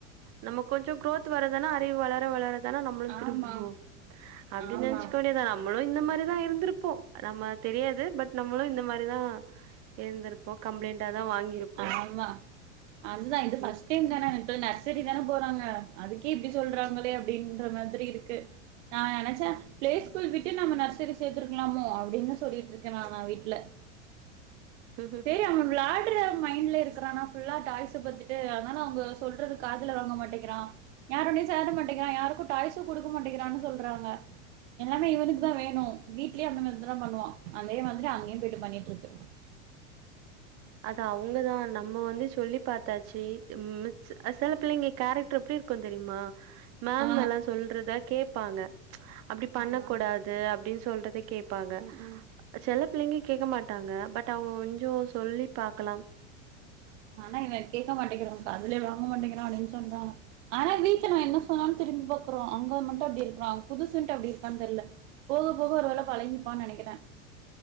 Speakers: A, on the right (about 45°); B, on the right (about 75°).
A: நம்ம கொஞ்சோ குரோத் வரதனா அறிவு வளர வளர தேன நம்மளு
B: ஆமா
A: திருந்துவோ அப்டின்னு
B: ஆமா
A: நெனச்சிக்க வேண்டிதா நம்மளு இந்த மாரி இதுதா இருந்திரு போ நம்ம தெரியாது பட் நம்மளு இந்த மாரிதா இருந்திருப்போ கம்ப்ளைண்டாதா வாங்கியிருப்போ
B: ஆமா அதுதா இது
A: கிட்ஸ்
B: ஃபர்ஸ்ட் டைம் தான <unintelligible> தெரிதான போறாங்க அதுக்கே இப்டி சொல்றாங்களே அப்டின்ற மாதிரி இருக்கு நா நெனச்சே பிளே ஸ்கூல் விட்டுட் நம்ம நர்செரி சேத்திருக்கலாமோ அப்டின்னு சொல்லிட்டுருக்கே நான் நா வீட்டுல
A: தா
B: செரி <unintelligible> விளா திருட மைண்லே இருக்கிறான ஃபுல்லா டாய்ச பாத்துட்டு அதனால அவுங்க சொல்றது காதுல வாங்க மாட்டேங்கிறா யாரடயு சேர மாட்டேங்கிறா யாருக்கு டாய்சு குடுக்க மாட்டேங்கறான்னு சொல்றாங்க எல்லாமே இவனுக்குதா வேணோ வீட்லயே அந்த மார்தறா பண்ணுவ அதே மாரி அங்கேயும் போயிட்டு பண்ணிட்டு இருக்கு
A: அத அவுங்கதா நம்ம வந்து சொல்லி பாத்தாச்சு மிஸ் அ சில பிள்ளைங்க கேரக்டர் எப்டி இருக்கோ தெரியுமா மேம்
B: ஆ
A: எல்லா சொல்றத கேப்பாங்க அப்டி பண்ண
B: ஆமா
A: கூடாது அப்டின் சொல்றத கேப் ப்பாங்க
B: ம் ம்
A: செல பிள்ளைங்க கேக்க மாட்டாங்க பட் அவங் கொஞ்ச சொல்லி பாக்கலாம்
B: ஆனா இவ கேட்க மாட்டேங்கிறா அதுலயே வாங்க மாட்டேங்கிறா அப்டின்னு சொல்றா ஆனா வீட்டுல நா என்ன சொன்னாலு திரும்பி பாக்கறா அங்க மட்டு அப்படி இருக்கிறா புதுசுன்ட்டு அப்படி இருக்கான்னு தெரியல போக போக ஒரு வேளை பழகிப்பான்னு நெனைக்கிறே